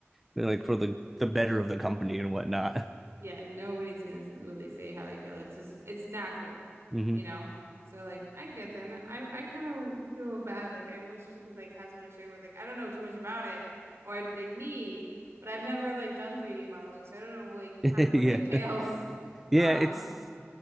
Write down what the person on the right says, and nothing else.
Yeah, nobody's gonna s- really say how they feel. It's just it's natural,
you know? So like I get that. And I I kind of feel bad. Like I wish you could like have someone to share with. Like I don't know too much about it or I'd like me, but I've never like done 3D modeling, so I don't know like
kind of what
it <laughs> entails.
Um